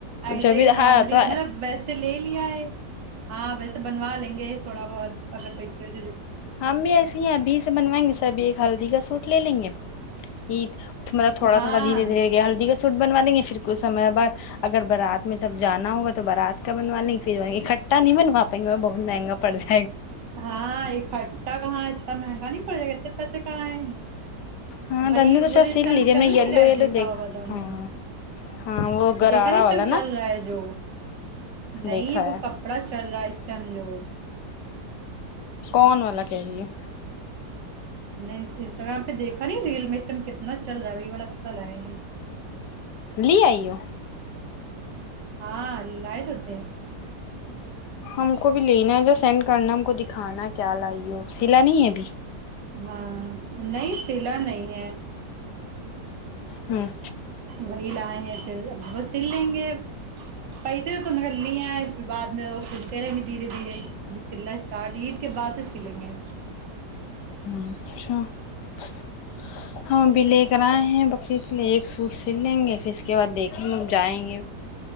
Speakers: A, on the left (about 75°); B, on the right (about 85°).
A: تو
B: ایسے
A: جبھی
B: ہی نارملی
A: ہاں تو
B: مطلب ویسے لے لیا ہے ہاں ویسے بنوا لیں ے تھوڑا بہت اگر پسے
A: ہم بھی ایسے ہی ابھی سے بنوائیں گے سب ایک ہلدی کا سو لے لیں گے عید ملب تھوڑا
B: ہاں
A: تھوڑ دھیر دھیر گ ہلدی سوٹ بنو لیں گے پھر کچھمے بعد اگر بارات میں جب جانا ہوگا تو بارات ک بنوا نہیں کی پھروٹ نہیںن پاائیں گے بہ منگا پڑ ج ہے
B: ہاں ایک کا کہاں انا گانی پڑ ج گتے ت سے کا ہے
A: ہاں
B: وہی
A: تنو
B: وہ
A: شاید
B: تو
A: سل
B: اس ٹائم
A: لیجیے ہم
B: چل
A: نے یلو
B: نہیں رہا ہے
A: یلو
B: دیکھا ہوگا تھا انوں
A: ہاں
B: نے
A: ہاں وہ گرارا
B: دیکھا نہیں اس
A: والا
B: سب چل
A: نا
B: رہا ہے جو نہیں
A: دیکھا
B: وہ
A: ہے
B: کپڑا چل رہا ہے اس ٹائم جو
A: کون والا کہہ رہی ہو
B: نہیں انسٹاگررام پہ دیکھ کنی ریل میں سےم کتنا چل رہا ہے وہی والا پتہ لایا نہیں
A: لے آئیے
B: ہاں لد ہوتے
A: ہم کو بھی لینا یا سینڈ کرنا ہم کھانا کیا لائی ہو سلا نہیں ہے ای
B: ہاں نہیں سلا نہیں ہے
A: ہوں
B: وہی لئے ہیں پھر اب وہ سل لیں گے پیسے تو کم کر لی ہیں اس پھر بعد میں وہ سلتے رہیں گے دھیرے دھیرے سلنا اسٹارٹ عید کے بعد تو سلیں گے
A: اچھا <unintelligible> ہماں بھیھی لے کر آئے ہیں سی لیں ایک سوٹ سل لیں گے پھر اس کے بعد دیکھیں گے جائیں گے